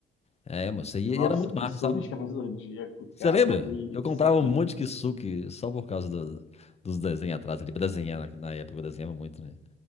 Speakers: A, on the left; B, on the left.
A: É, mas isso aí
B: Nossa,
A: era muito
B: que
A: massa,
B: soco
A: sabe?
B: de Cavaleiro do Zodíaco,
A: Você
B: cara.
A: lembra?
B: Eu vi
A: Eu comprava
B: isso.
A: um monte de kisuke só por causa do- dos desenhos atrás ali. Pra desenhar na, na época, eu desenhava muito, né?